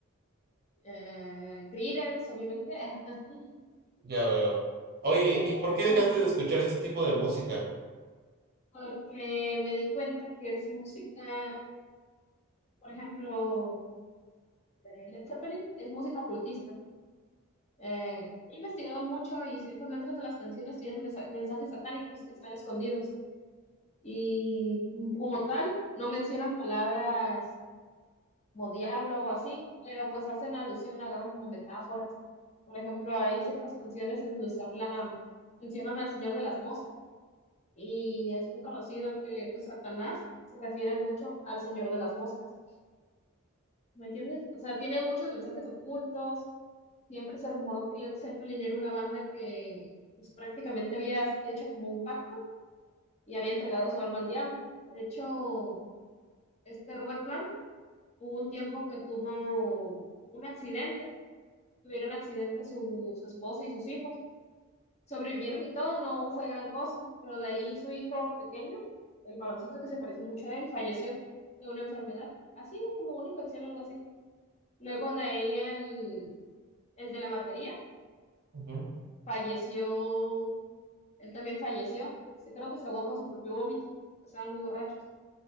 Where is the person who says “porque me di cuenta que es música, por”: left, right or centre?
Left